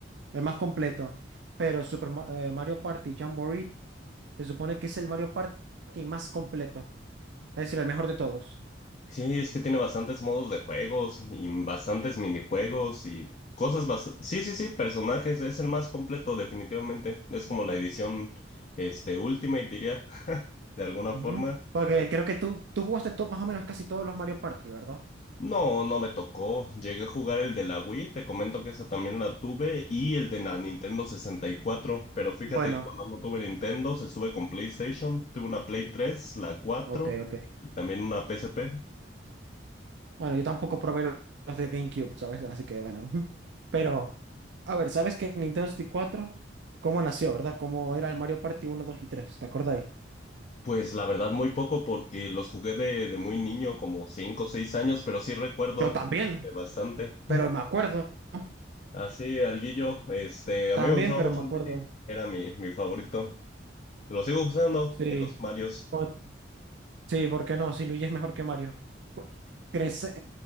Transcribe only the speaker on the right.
el más completo. Pero Super Ma- eh, Mario Party Jamboree Se supone que es el Mario Party más completo, es decir, el mejor de todos.
Ujú.
Porque creo que tú, tú jugaste to- más o menos casi todos los Mario Party, ¿verdad?
Bueno,
Ok, ok.
bueno, yo tampoco probé lo- los de GameCube, ¿sabes? Así que bueno. <laughs> Pero, a ver, ¿sabes que Nintendo 64, cómo nació, verdad? ¿Cómo era el Mario Party uno, dos y tres, ¿Te acordáis?
Yo también,
pero me acuerdo. ¿no?
También,
pero
me acuerdo.
Sí.
Cuan- Sí, ¿por qué no? Si Luigi es mejor que Mario. Cu- Crece.